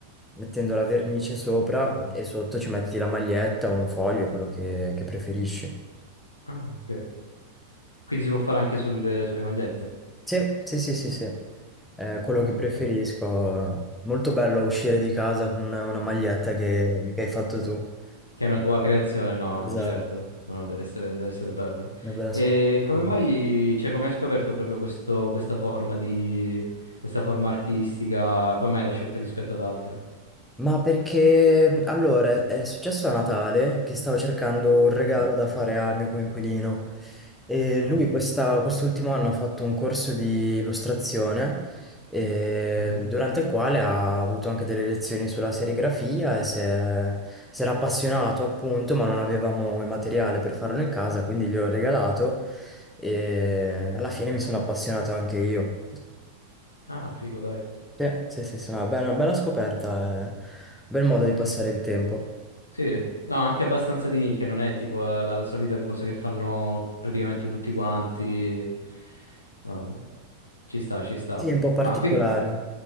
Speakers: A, in the centre; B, on the left.
A: mettendo la vernice sopra
B: ah,
A: e sotto ci metti la maglietta o un foglio, quello che, che preferisci.
B: ah, ok. Quindi si può fare anche sulle, sulle magliette.
A: Sì, sì, sì, sì, sì. È quello
B: Ah,
A: che preferisco.
B: ok.
A: Molto bello uscire di casa con una maglietta che, che hai fatto tu.
B: Che è una tua creazione, no,
A: Esatto,
B: certo, no, no, deve essere, deve essere bello.
A: una bella
B: E
A: sensazione.
B: come mai, cioè, come hai scoperto proprio questo, questa forma di, questa forma artistica? Come mai l'hai scelta rispetto ad altre?
A: Ma perché mh, allora è successo a Natale che stavo cercando un regalo
B: Mm.
A: da fare al mio coinquilino e
B: Ah,
A: lui
B: ok.
A: questa- quest'ultimo anno ha fatto un corso di illustrazione eh,
B: Mhm.
A: durante il quale ha avuto anche delle lezioni sulla serigrafia e si è- si era appassionato appunto, ma non avevamo il materiale per farlo in casa, quindi gliel'ho regalato e alla fine mi sono appassionato anche io.
B: Ah, figo, dai.
A: Sì, sì, sì, sì, no, beh, una bella scoperta, eh. Un bel modo di passare il tempo.
B: Sì, no, anche abbastanza di nicchia, non è tipo eh, la, la solita cosa che fanno praticamente tutti quanti. Ah, ci sta, ci sta.
A: Sì, è un po' particolare.
B: Ma quindi.